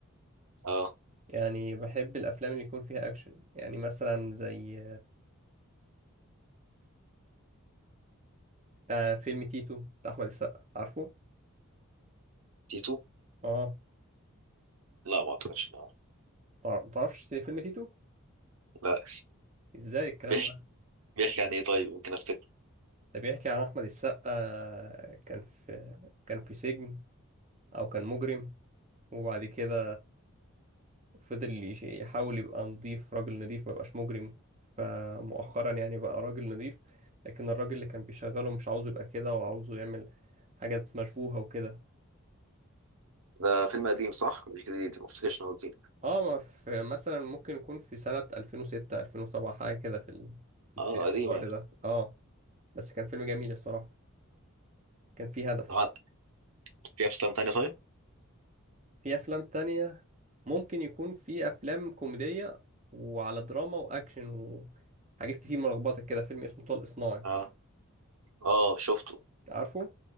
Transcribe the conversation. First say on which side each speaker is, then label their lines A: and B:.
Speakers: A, on the right; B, on the right.
A: اه
B: يعني بحب الأفلام اللي يكون فيها أكشن يعني مثلا زي آه فيلم تيتو بتاع احمد السقا عارفه
A: تيتو؟
B: اه
A: لا ما أعتقدش آه.
B: متعر- متعرفش فيلم تيتو
A: لا
B: ازاي الكلام
A: بيحكي
B: ده
A: بيحكي عن إيه طيب ممكن أفتكر
B: ده بيحكي عن احمد السقا آه، كان في كان في سجن او كان مجرم وبعد كده فضل يش- يحاول يبقى نضيف راجل نضيف ما يبقاش مجرم فمؤخرا يعني بقى راجل نضيف لكن الراجل اللي كان بيشغله مش عاوزه يبقى كده وعاوزه يعمل حاجات مشبوهة وكده
A: ده فيلم قديم صح؟ مش جديد ما أفتكرش إنه قديم
B: اه ما في مثلا ممكن يكون في سنة 2006 2007 حاجة كده في ال- في الس-
A: اه
B: في
A: قديم
B: الوقت
A: يعني
B: ده اه بس كان فيلم جميل الصراحة كان فيه هدف
A: طبعا في أفلام تانية طيب؟
B: في أفلام تانية ممكن يكون في أفلام كوميدية وعلى دراما وأكشن وحاجات كتير ملخبطة كده فيلم اسمه طلق صناعي
A: اه اه شفته
B: عارفه؟